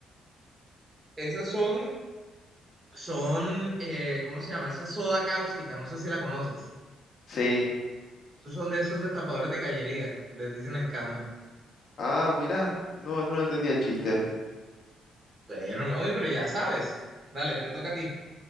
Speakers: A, on the right; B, on the left.
A: Esas son Son, eh, ¿cómo se llama? Esa es soda cáustica, no sé si la conoces.
B: sí.
A: Esos son de esos destapadores de cañería, les dicen escama.
B: Ah, mira, no, no lo entendí el chiste.
A: Bueno, no, pero ya sabes. Dale, te toca a ti.